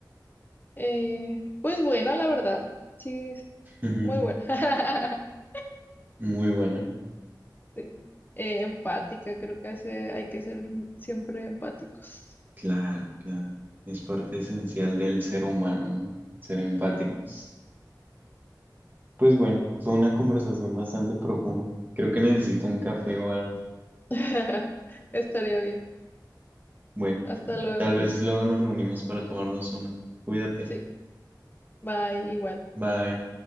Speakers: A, on the left; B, on the right.
A: eh, pues buena, la verdad. Sí,
B: Ujú,
A: muy buena. <laughs>
B: Muy bueno.
A: Sí. Eh, empática, creo que hace- hay que ser siempre empáticos.
B: claro, claro. Es parte esencial del ser humano, ¿no? Ser empáticos.
A: Sí.
B: Pues bueno, fue una conversación bastante profunda. Creo que necesito un café o algo.
A: <laughs> Estaría bien.
B: Bueno,
A: Hasta luego.
B: tal vez luego nos reunimos para tomarnos una. Cuídate.
A: Sí, bye, igual.
B: Bye.